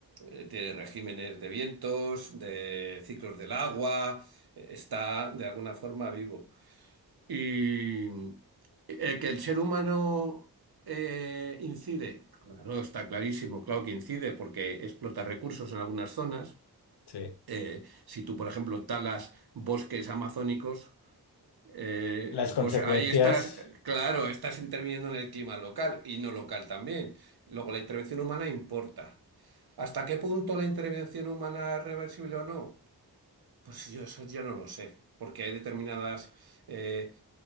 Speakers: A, on the right (about 70°); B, on the left (about 80°).
A: eh, tiene regímenes de vientos, de ciclos del agua, eh, está de alguna forma vivo. Y eh, que el ser humano eh, incide, claro, está clarísimo, claro que incide porque explota recursos en algunas zonas.
B: Sí.
A: Eh, si tú, por ejemplo, talas bosques amazónicos, eh,
B: Las consecuencias,
A: pues ahí estás, claro, estás interviniendo en el clima local y no local también. Luego, la intervención humana importa. ¿Hasta qué punto la intervención humana es reversible o no? Pues yo eso ya no lo sé, porque hay determinadas eh,